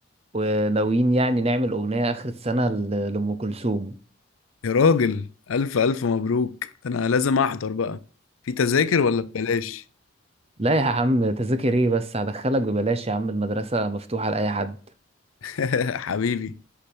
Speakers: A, on the right; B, on the left.
A: وناويين يعني نعمل اغنيه اخر السنه ل- لام كلثوم
B: يا راجل الف الف مبروك ده انا لازم احضر بقى في تذاكر ولا ببلاش
A: لا يا عم تذاكر ايه بس هدخلك ببلاش يا عم المدرسة مفتوحة لأي حد
B: <laughs> حبيبي